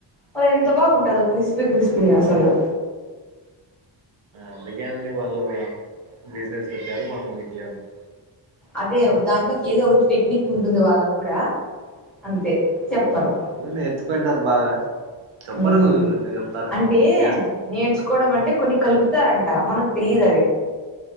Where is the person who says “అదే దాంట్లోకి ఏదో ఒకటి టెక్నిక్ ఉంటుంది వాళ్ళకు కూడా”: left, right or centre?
Centre